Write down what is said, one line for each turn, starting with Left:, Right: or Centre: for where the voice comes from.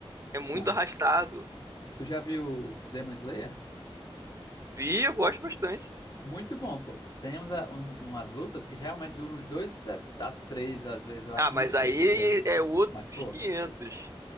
Right: É muito
Left: Não.
Right: arrastado.
Left: Tu já viu Demon Slayer?
Right: Vi, eu gosto bastante.
Left: Muito bom, pô. Tem uns, a- um- umas lutas que geralmente duram uns dois a, a três, às vezes. Eu acho
Right: Ah, mas
Left: muito difícil
Right: aí
Left: três.
Right: é outros
Left: Mas, pô,
Right: 500.